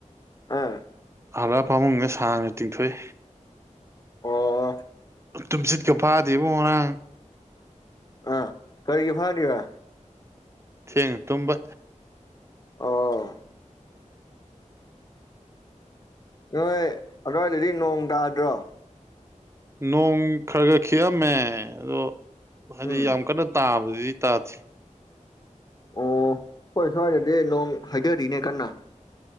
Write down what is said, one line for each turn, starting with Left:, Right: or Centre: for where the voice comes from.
Left: ꯑꯥ
Right: ꯍꯜꯂ ꯐꯃꯨꯡꯒ ꯁꯥꯡꯅ ꯇꯤꯡꯊꯣꯛꯏ
Left: ꯑꯣ
Right: ꯇꯨꯝꯁꯤꯠꯀ ꯐꯥꯗꯦꯕ ꯉꯔꯥꯡ
Left: ꯑꯥ ꯀꯔꯤꯒꯤ ꯐꯥꯔ ꯋꯥ
Right: ꯊꯦꯡ ꯇꯨꯝꯕ
Left: ꯑꯣ ꯅꯣꯏ ꯑꯗꯥꯏꯗꯗꯤ ꯅꯣꯡ ꯇꯥꯗ꯭ꯔꯣ
Right: ꯅꯣꯡ ꯈꯔ ꯈꯔ ꯑꯝꯃꯦ ꯑꯗꯣ ꯍꯥꯏꯗꯤ
Left: ꯎꯝ
Right: ꯌꯥꯝ ꯀꯟꯅ ꯇꯥꯕꯗꯤ ꯇꯥꯁꯤ
Left: ꯑꯣ ꯍꯣꯏ ꯁ꯭ꯋꯥꯏꯗꯗꯤ ꯅꯣꯡ ꯍꯥꯏꯖꯔꯤꯅꯦ ꯀꯟꯅ